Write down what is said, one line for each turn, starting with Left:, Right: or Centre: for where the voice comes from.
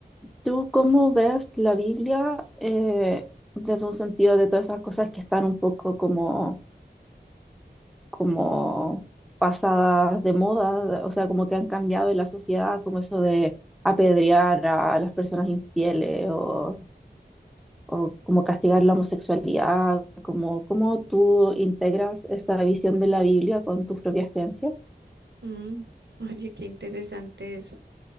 Centre: ¿tú cómo ves la Biblia eh, desde un sentido de todas esas cosas que están un poco como, como pasadas de moda? O sea, como que han cambiado en la sociedad, como eso de apedrear a las personas infieles o, o como castigar la homosexualidad, como, ¿cómo tú integras esa visión de la Biblia con tus propias creencias?
Right: Mm, oye, qué interesante eso.